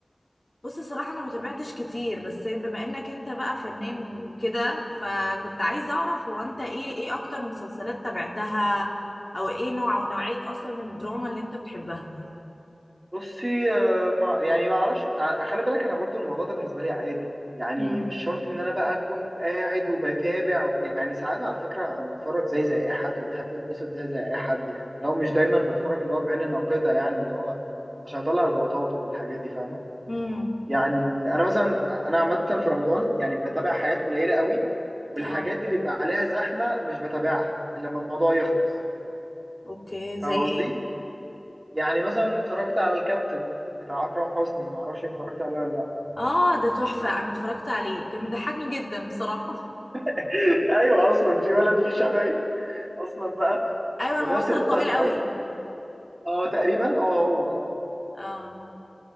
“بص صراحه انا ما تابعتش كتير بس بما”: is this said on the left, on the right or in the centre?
Left